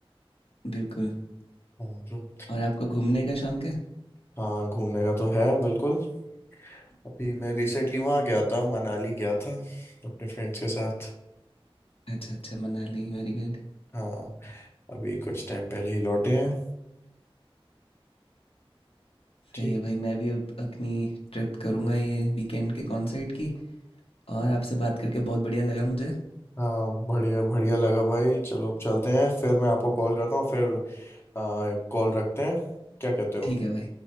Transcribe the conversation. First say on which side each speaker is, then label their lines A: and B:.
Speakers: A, on the left (about 75°); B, on the left (about 25°).
A: बिल्कुल।
B: हाँ bro।
A: और आपको घूमने का शौक है?
B: हाँ, घूमने का तो है बिल्कुल अभी मैं रिसेंटली वहाँ गया था मनाली गया था अपने फ्रेंड्स के साथ
A: अच्छा, अच्छा मनाली, वेरी गुड।
B: हाँ अभी कुछ टाइम पहले ही लौटे हैं
A: सही
B: ठीक
A: है भाई, मैं भी अब अपनी ट्रिप करूँगा ये वीकेंड के कॉन्सर्ट की और आपसे बात करके बहुत बढ़िया लगा मुझे।
B: हाँ बढ़िया बढ़िया लगा भाई चलो अब चलते हैं फिर मैं आपको कॉल करता हूँ फिर कॉल रखते हैं क्या कहते हो
A: ठीक है भाई।